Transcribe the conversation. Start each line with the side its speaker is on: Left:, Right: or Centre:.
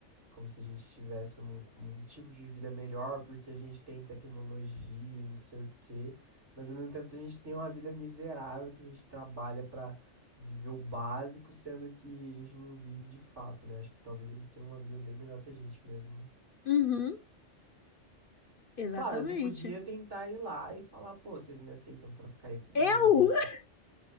Right: como se a gente tivesse um, um tipo de vida melhor porque a gente tem tecnologia e não sei o quê, mas ao mesmo tempo a gente tem uma vida miserável que a gente trabalha pra viver o básico, sendo que a gente não vive de fato, né? Acho que talvez eles tenham uma vida bem melhor que a gente mesmo, né?
Left: Uhum. Exatamente.
Right: Claro, você podia tentar ir lá e falar, pô, vocês me aceitam pra ficar aí um
Left: Eu?
Right: mês aí
Left: <laughs>